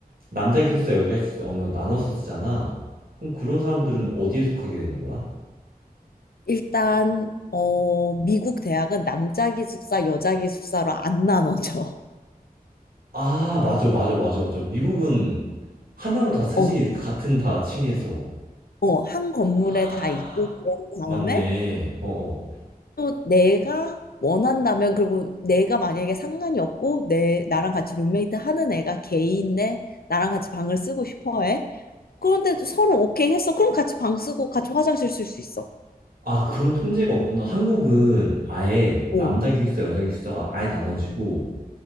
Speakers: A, on the right; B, on the left.
A: 남자 기숙사 여기 기숙사 어느 정도 나눠서 쓰잖아. 그럼 그런 사람들은 어디에 속하게 되는 거야?
B: 일단, 어, 미국 대학은 남자 기숙사, 여자 기숙사로 안 나눠져.
A: 아, 맞아, 맞아, 맞아, 맞아. 미국은 하나로 다 쓰지
B: 어,
A: 같은 다 층에서.
B: 어, 한 건물에
A: 아,
B: 다 있고, 그런 다음에,
A: 맞네. 어, 어.
B: 또 내가 원한다면 그리고 내가 만약에 상관이 없고 내 나랑 같이 룸메이트 하는 애가 게이인데 나랑 같이 방을 쓰고 싶어 해. 그런데 서로 오케이 했어. 그럼 같이 방 쓰고 같이 화장실 쓸 수 있어.
A: 아, 그런 통제가 없구나. 한국은 아예
B: 어,
A: 남자 기숙사, 여자 기숙사가 아예 나눠지고